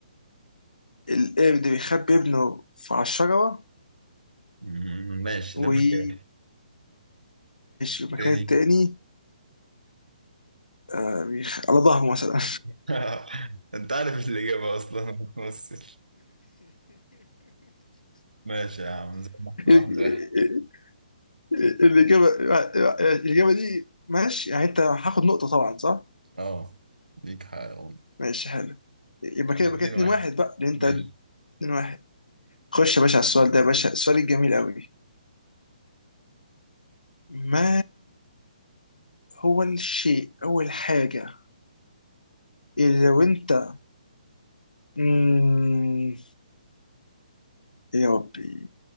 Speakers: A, on the left; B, on the right.
A: القرد بيخبي ابنه في على الشجره
B: مم، ماشي
A: وماشي
B: ده مكان
A: المكان
B: تاني
A: التاني آه بيخ... على ظهره مثلا
B: <laughs> انت عارف الإجابة أصلا ما بتمثل ماشي يا عم زي ما احنا واحد
A: <laughs>
B: واحد
A: الإجابة الإجابة دي ماشي يعني أنت هاخد نقطة طبعا صح؟
B: اه ليك حق
A: ماشي حلو يبقى كده
B: ده
A: يبقى
B: اتنين
A: كده 2
B: واحد
A: 1 بقى لأن أنت
B: ماشي
A: 2 1 خش يا باشا على السؤال ده يا باشا السؤال الجميل قوي ما هو الشيء أو الحاجة اللي لو أنت مم... يا ربي